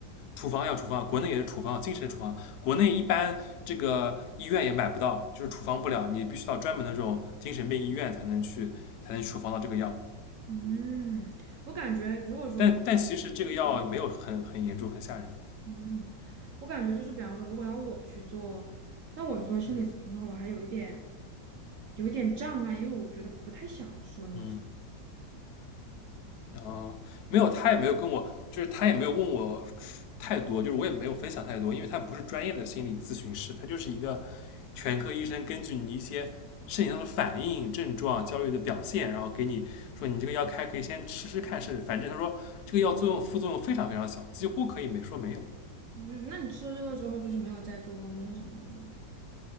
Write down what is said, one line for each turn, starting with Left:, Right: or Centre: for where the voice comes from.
Left: 处方药，处方药国内也是处方药精神处方药国内一般这个医院也买不到，就是处方不了，你必须到专门的这种精神病医院才能去才能处方到这个药。
Right: 嗯，我感觉如果说，
Left: 但但其实这个药没有很很严重，很吓人。
Right: 嗯，我感觉就是比方说，如果要我去做，让我去做心理咨询的话，
Left: 嗯
Right: 我还有一点有一点障碍，因为我觉得不太想说那么。
Left: 嗯，然后没有，他也没有跟我，就是他也没有问我太多，就是我也没有分享太多，因为他不是专业的心理咨询师，他就是一个全科医生，根据你一些身体上的反应、症状、焦虑的表现，然后给你说你这个药开可以先吃吃看试试。反正他说这个药作用副作用非常非常小，几乎可以没说没有。
Right: 嗯，那你吃了这个之后，就是没有再做噩梦什么的了吗？